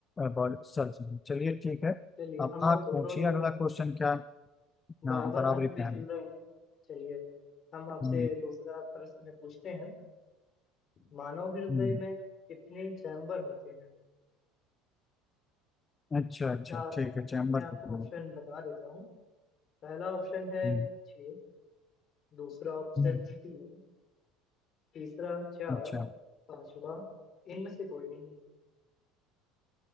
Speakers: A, on the left; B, on the left.
A: बॉडी सेल्स में चलिए ठीक है
B: चलिए
A: अब
B: हम लोग
A: आप
B: दोनों
A: पूछिए
B: लोग
A: अगला क्वेश्चन क्या है
B: बराबर
A: हाँ, बराबरी
B: अंक
A: पे
B: पे चल
A: है अभी।
B: रहे हैं चलिए हम आपसे
A: हम्म,
B: दूसरा प्रश्न पूछते हैं मानव हृदय
A: हम्म,
B: में कितने चैम्बर होते हैं
A: अच्छा अच्छा
B: क्या
A: ठीक है चैम्बर
B: मैं आपको
A: कितना
B: ऑप्शन
A: है?
B: बता देता हूँ पहला ऑप्शन है
A: हम्म,
B: छः दूसरा ऑप्शन
A: हम्म,
B: तीन तीसरा चार
A: अच्छा
B: पांचवा इनमें से कोई नहीं